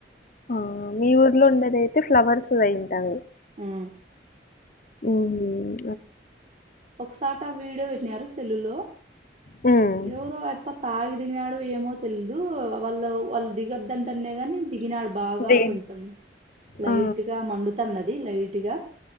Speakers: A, on the left (about 45°); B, on the right (about 40°).
A: ఆ మీ ఊర్లో ఉండేది అయితే ఫ్లవర్స్ అయింటంది.
B: మ్
A: ఉమ్
B: ఒకసట వీడియో విట్నరు సెల్లో
A: హ్మ్.
B: యోగా అంత <unintelligible> దిగినాడు ఏమో తెలిదు వాళ్ళ వాళ్ళు దిగదుంటనే కాగాని దిగినాడు బాగా
A: ది
B: కొంచెం లైట్గా
A: ఆ!
B: మండు ఉన్నది లైట్ గా